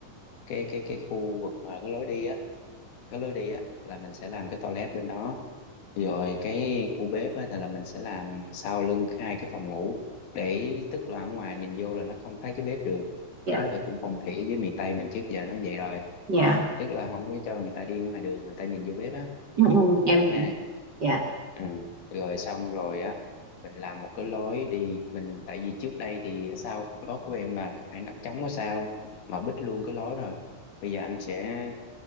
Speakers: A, on the left; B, on the right.
A: cái cái cái khu vực mà cái lối đi á cái lối đi á là mình sẽ làm cái toilet bên đó rồi cái khu bếp á thì là mình sẽ làm sau lưng hai cái phòng ngủ để tức là ở ngoài nhìn vô là nó không thấy cái bếp được
B: dạ
A: cái đó là cũng phong thủy với miền Tây mình trước giờ nó vậy rồi
B: dạ
A: tức là không có cho người ta đi ngoài đường người ta nhìn vô bếp á
B: ừ, ừ, em
A: rồi ha
B: hiểu dạ
A: Ừ. Rồi xong rồi á mình làm một cái lối đi mình tại vì trước đây thì ở sau đó của em là cái khoảng đất trống ở sau mà bít luôn cái lối rồi bây giờ anh sẽ